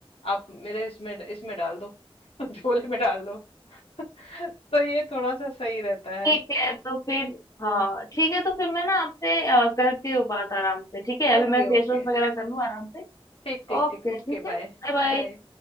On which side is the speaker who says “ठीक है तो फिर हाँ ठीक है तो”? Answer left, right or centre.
Left